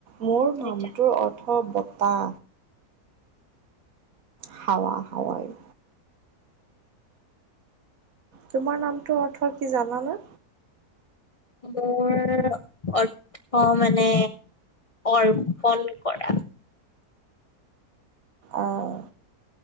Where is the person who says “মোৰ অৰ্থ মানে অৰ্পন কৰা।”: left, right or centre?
Left